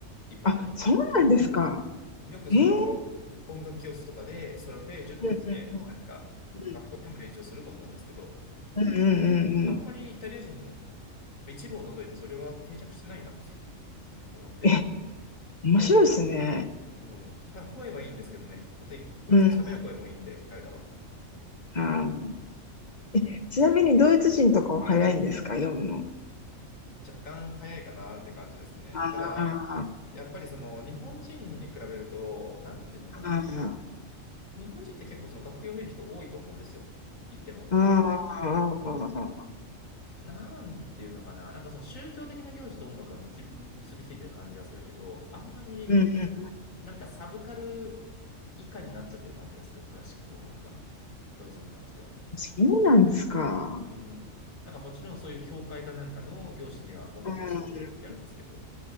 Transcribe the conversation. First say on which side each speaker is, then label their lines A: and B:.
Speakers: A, on the left; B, on the left.
A: 一般的に。
B: あ、そうなんですか。
A: よくその音楽教室とかでソルフェージュって言って、
B: ええうんうんうん。
A: なんか学校読む練習をすると思うんですけど、
B: うんうんうんうんうん。
A: あんまりイタリア人、一部を除いてそれが定着してないなって思って、
B: え、面白いですね。
A: うん。ただ声はいいんですけどね。本当に、あ、
B: うん。
A: そう喋る声もいいんで、彼らは。
B: あー、え、ちなみにドイツ人とかは早いんですか、読むの。
A: 若干早いかなって感じですね。
B: ああ、
A: ただ、やっぱりその日本人に比べると、なんていうのかな。
B: あ
A: 日本人って結構その楽譜読める人多いと思うんですよ。言っても。
B: あ、ああ、
A: その、なんていうのかな。なんかその宗教的な行事と音楽がみち結びついてる感じはするけど、あんまり
B: うんうん、
A: なんかサブカル以下になっちゃってる感じがする。クラシック音楽が。ドイツに関しては。
B: そうなんですか。
A: うん。なんかもちろんそういう教会かなんかの行事では音楽をすごくやるんですけど。
B: うん、